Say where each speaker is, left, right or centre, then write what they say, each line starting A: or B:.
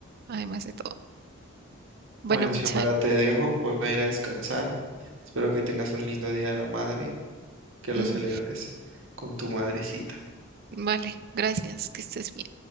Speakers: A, on the right (about 45°); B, on the right (about 65°).
A: además de todo. Bueno,
B: Bueno,
A: Michal,
B: Xiomara, te dejo, voy a ir a descansar. Espero que tengas un lindo Día de la Madre, que lo
A: mm,
B: celebres con tu madrecita.
A: vale, gracias, que estés bien.